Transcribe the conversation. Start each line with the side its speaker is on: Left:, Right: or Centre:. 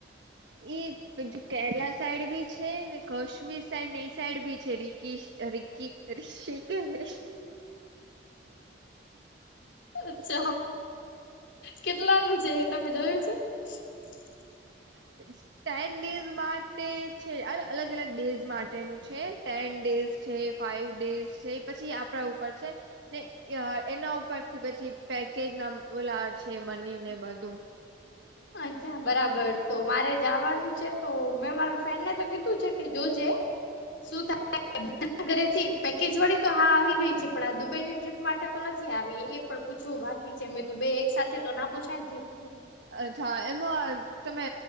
Right: ઈ બીજું કેરલા સાઈડ બી છે ને કાશ્મીર સાઈડને એ સાઈડ બી છે રીક રીકીસ કી ઋષિકેશ.
Left: અચ્છા કેટલાનું છે એ તમે જોયું છે? <inaudible>
Right: <unintelligible> ટેન ડેઝ માટે છે અલગ-અલગ ડેઝ માટેનું છે ટેન ડેઝ છે ફાઈવ ડેઝ છે પછી આપડા ઉપર છે. ને એના ઉપરથી પછી પેકેજ ના ઓલા છે મનીને બધું.
Left: અચ્છા બરાબર તો મારે જવાનું છે. તો મેં મારા ફ્રેન્ડને તો કીધું છે કે જોજે શું થાય <inaudible> હ ઘરેથી પેકેજવાળી તો હા આવી ગઈ છે પણ આ દુબઈની ટ્રીપ માટે તો નથી આવી એ પણ પૂછવું બાકી છે મેં તું બે એક સાથે તો ના પૂછાયને ટ્રીપનું.
Right: અચ્છા, એમાં તમે